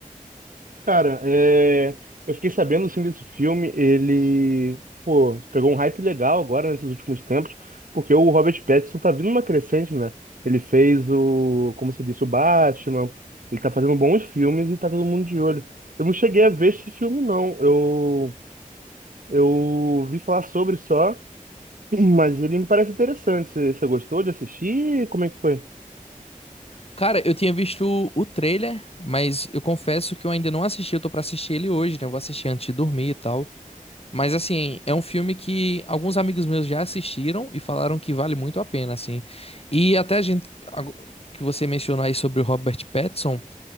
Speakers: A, on the right; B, on the left.
A: Cara, é, eu fiquei sabendo assim desse filme, ele, pô, pegou um hype legal agora nesses últimos tempos, porque o Robert Pattinson tá vindo uma crescente, né? Ele fez o, como se disse, o Batman, ele tá fazendo bons filmes e tá todo mundo de olho. Eu não cheguei a ver esse filme, não. Eu, eu vi falar sobre só, <laughs> mas ele me parece interessante. Você, você gostou de assistir? Como é que foi?
B: Cara, eu tinha visto o trailer, mas eu confesso que eu ainda não assisti. Eu tô pra assistir ele hoje, né? Eu vou assistir antes de dormir e tal. Mas assim, é um filme que alguns amigos meus já assistiram e falaram que vale muito a pena, assim. E até a gente ago- que você mencionou aí sobre o Robert Pattinson,